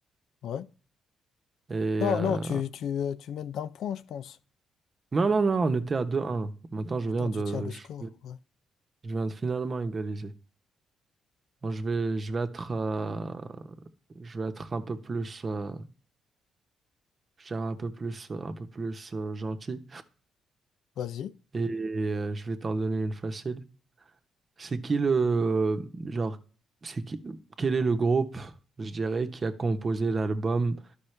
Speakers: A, on the left; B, on the right.
A: Ouais.
B: Et, euh,
A: Non, non, tu, tu, euh, tu mènes d'un point, je pense.
B: Non, non, non, on était à deux un. Maintenant, je
A: Putain,
B: viens de,
A: tu tiens le
B: je,
A: score, ouais.
B: Je viens de finalement égaliser. Bon, je vais, je vais être, euh, je vais être un peu plus, euh, je dirais un peu plus, euh, un peu plus euh, gentil
A: Vas-y.
B: et euh, je vais t'en donner une facile. C'est qui le, genre, c'est qui, quel est le groupe, je dirais, qui a composé l'album